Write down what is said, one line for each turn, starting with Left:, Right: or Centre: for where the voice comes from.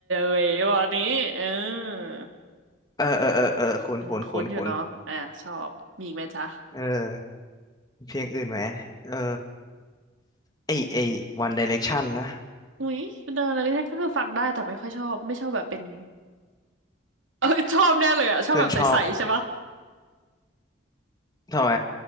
Right: เออวันนี้เออ
Left: เออเออเออเออคุณคุณคุณคุณ
Right: อืมคุ้นอยู่เนาะอ่ะชอบมีอีกไหมจ๊ะ
Left: เออมีเพลงอื่นไหมเออไอไอ One Direction นะ
Right: อุ๊ยเดินอะไรที่ก็คือฟังได้แต่ไม่ค่อยชอบไม่ชอบแบบเป็น เออชอบแน่เลยอ่ะชอบแบบใสๆใช่ปะ
Left: เพื่อนชอบทำไม